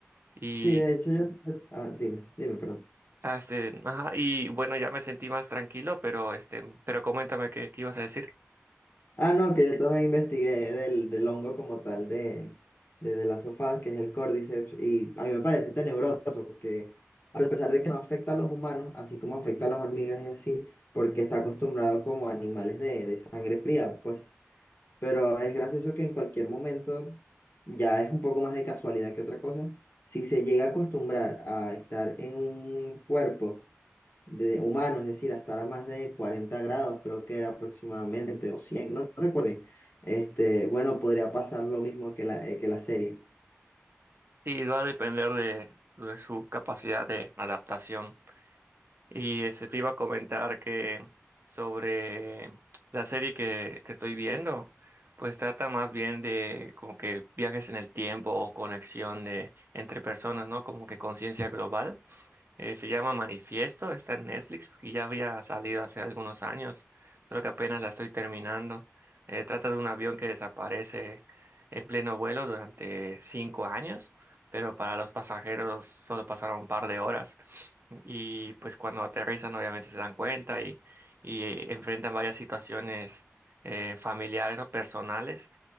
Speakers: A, on the right; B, on the left.
A: Y,
B: sí, de hecho yo... yo- Ah, dime, dime, perdón.
A: ah, este, ajá, y bueno, ya me sentí más tranquilo, pero, este, pero coméntame qué, qué ibas a decir.
B: Ah, no, que yo también investigué del, del hongo como tal de, de, de las sofás, que es el Cordyceps, y a mí me parece tenebroso, porque a pesar de que no afecta a los humanos, así como afecta a las hormigas y así, porque está acostumbrado como a animales de, de sangre fría, pues... Pero es gracioso que en cualquier momento, ya es un poco más de casualidad que otra cosa, si se llega a acostumbrar a estar en un cuerpo de humano, es decir, a estar a más de 40 grados, creo que era aproximadamente, o 100, no, no recuerdo, este, bueno, podría pasar lo mismo que la, eh, que la serie.
A: Y va a depender de de su capacidad de adaptación. Y este, te iba a comentar que sobre la serie que, que estoy viendo, pues trata más bien de como que viajes en el tiempo o conexión de entre personas, ¿no? Como que conciencia global. Eh, se llama Manifiesto, está en Netflix y ya había salido hace algunos años, solo que apenas la estoy terminando. Eh, trata de un avión que desaparece en pleno vuelo durante cinco años, pero para los pasajeros solo pasaron un par de horas. Y pues cuando aterrizan obviamente se dan cuenta y, y, eh, enfrentan varias situaciones eh, familiares, ¿no? Personales,